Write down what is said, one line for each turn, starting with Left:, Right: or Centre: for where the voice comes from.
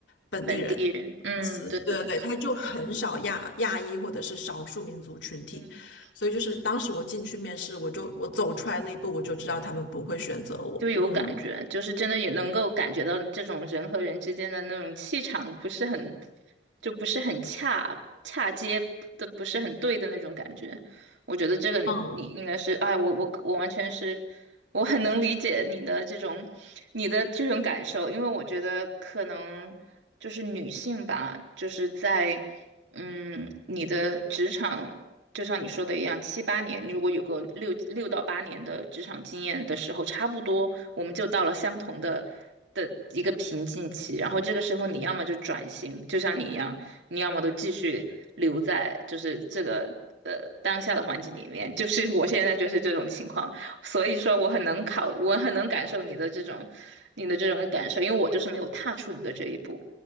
Left: 本地人
Right: 本地人，嗯，
Left: 公司，
Right: 对对对，
Left: 对对对，他就很少亚亚裔或者是少数民族群体。
Right: 嗯。
Left: 所以就是当时我进去面试，我就我走出来那一步，我就知道他们不会选择我。
Right: 就有感觉，
Left: 嗯
Right: 就是真的也能够感觉到这种人和人之间的那种气场不是很，就不是很恰恰接的，不是很对的那种感觉。我觉得这个你你应该是，
Left: 嗯
Right: 哎，我我我完全是，我很能理解你的这种你的这种感受，因为我觉得可能就是女性吧，就是在嗯你的职场。就像你说的一样，七八年，你如果有个六六到八年的职场经验的时候，差不多我们就到了相同的的一个瓶颈期。然后这个时候，你要么就转型，就像你一样，你要么都继续留在就是这个呃当下的环境里面。就是 <laughs> 我现在就是这种情况，所以说我很能考，我很能感受你的这种你的这种感受，因为我就是没有踏出你的这一步。